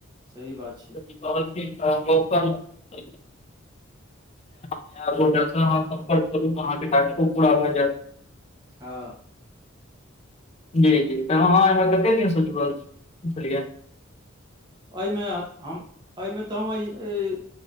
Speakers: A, on the right; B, on the left.
A: सही बात छै।
B: बती बहुप <unintelligible> एयपोर्टल से अहाँ सम्पर्क करू अहाँके टास्को पूरा भए जायत।
A: हँ।
B: जी जी तऽ अहाँ एहिमे कते दिनसँ जुड़ल छी, बुझलियै।
A: एहिमे एहिमे तऽ हम ऐ